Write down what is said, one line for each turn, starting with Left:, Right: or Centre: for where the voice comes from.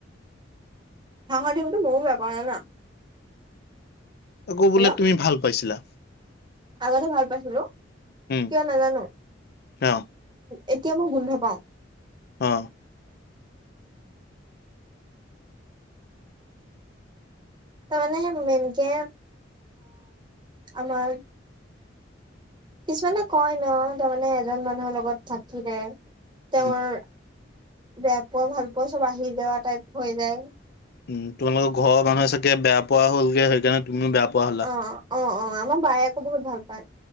Right: হাহৰ দিনটো ময়ো বেয়া পাও জানা।
Left: আকৌ বোলে
Right: হেল্ল'
Left: তুমি ভাল পাইছিলা।
Right: আগতে ভাল পাইছিলো,
Left: উম
Right: কিয়া নাজানো?
Left: অ
Right: এতিয়া মই গোন্ধ পাও।
Left: অ',
Right: তাৰ মানে মেইকে আমাৰ কিছুমানে কয় ন' তাৰমানে এজন মানুহৰ লগত থাকিলে তেওঁৰ,
Left: উম
Right: বেয়া পোৱা ভাল পোৱা চব আহি যোৱা টাইপ হৈ যায়।
Left: উম, তোমালোকৰ ঘৰৰ মানুহ চাগে বেয়া পোৱা হ'লগে সেইকাৰণে তুমিও বেয়া পোৱা হলা।
Right: অ অ, অ, আমাৰ বায়ে আকৌ বহুত ভাল পায়।